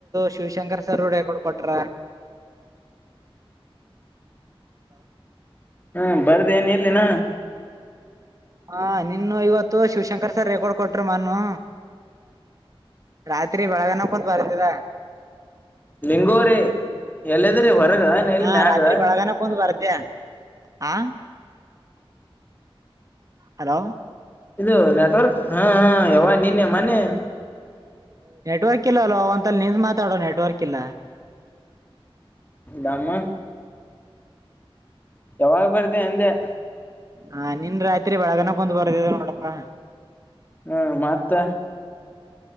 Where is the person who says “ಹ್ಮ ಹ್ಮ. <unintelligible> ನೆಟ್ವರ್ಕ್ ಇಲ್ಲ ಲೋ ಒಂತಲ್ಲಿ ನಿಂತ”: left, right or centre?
Right